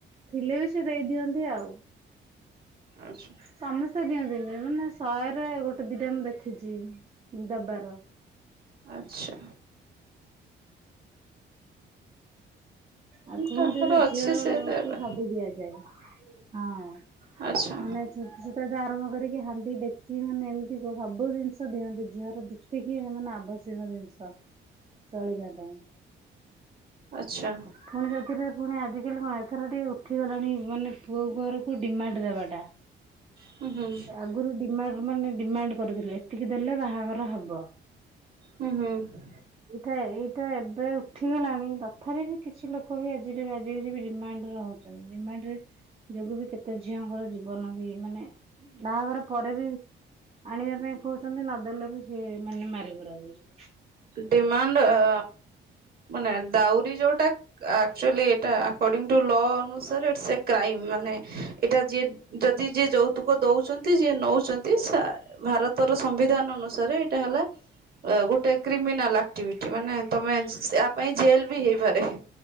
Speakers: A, on the right; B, on the right.
A: ଥିଲେ ବି ସେ ଦେଇଦିଅନ୍ତି ଆଉ
B: ଆଚ୍ଛା
A: ସମସ୍ତେ ଦିଅନ୍ତିନି ମାନେ ଶହେରେ ଗୋଟେ ଦିଟା ମୁ ଦେଖିଛି ଦବାର।
B: ଆଚ୍ଛା
A: ଆଉ କୁହନ୍ତି
B: କାହାର
A: ଯେ
B: ଅଛି
A: ଝିଅଅକୁ
B: ସେ ଦେବେ
A: ସବୁ ଦିଆଯାଏ। ହଁଅ।
B: ଆଚ୍ଛା
A: ମାନେ ଛୁଞ୍ଚି ସୂତା ଆରମ୍ଭ କରିକି ହାଣ୍ଡି ଡେକ୍ଚି ମାନେ ଏମିତି ସବୁ ଜିନିଷ ଦିଅନ୍ତି ଝିଅର ଯେତିକି ମାନେ ଆବଶ୍ୟକ ଜିନିଷ। ଚଳିବା ପାଇଁ।
B: ଆଛା।
A: ଫୁଣି ସେଥିରେ ପୁଣି ଆଜିକାଲି କଣ ଏଥର ଟିକେ ଉଠିଗଲାଣି ମାନେ ପୁଅ ଘରକୁ ଡିମାଣ୍ଡ ଦେବାଟା। <inaudible>
B: ହୁଁ ହୁଁ
A: ଆଗୁରୁ ଡିମା ଏମାନେ ଡିମାଣ୍ଡ କରୁଥିଲେ ଏତିକି ଦେଲେ ବାହାଘର ହବ।
B: ହୁଁ ହୁଁ
A: ଆଛା ଏଇଟା ଏବେ ଉଠିଗଲାଣି ତଥାବି ବି କିଛି ଲୋକ ବି ଆଜି ରି ଆଜି ରି ବି ରିମାଣ୍ଡରେ ହଉଛନ୍ତି ରିମାଣ୍ଡରେ ଯୋଗୁ ବି କେତେ ଝିଅଙ୍କର ଜୀବନ ବି ମାନେ ବାହାଘର ପରେ ବି ଆଣିବା ପାଇଁ କହୁଛନ୍ତି ନଦେଲେ ବି ସେ ମାନେ ମାରିମୁରା ଦଉଛନ୍ତି।
B: ଡିମାଣ୍ଡ ଅ ମାନେ ଦାଉରି ଯୋଉଟା ଆକଚୁଆଲି ଏଇଟା ଆକରଡିଂ ଟୁ ଲ ଅନୁସାରେଇ ଇଟ୍ସ ଏ କ୍ରାଇମ୍ ମାନେ ଏଇଟା ଯିଏ ଯଦି ଯିଏ ଯୌତୁକ ଦଉଛନ୍ତି ଯିଏ ନଉଛନ୍ତି ସା ଭାରତର ସମ୍ବିଧାନ ଅନୁସାରେ ଏଇଟା ହେଲା ଗୋଟେ କ୍ରିମିନାଲାକ୍ ଏକ୍ଟିଭିଟୀ ମାନେ ତମେ ସ ସେ ଆପ୍ ପାଇଁ ଜେଲ୍ ବି ହେଇପାରେ।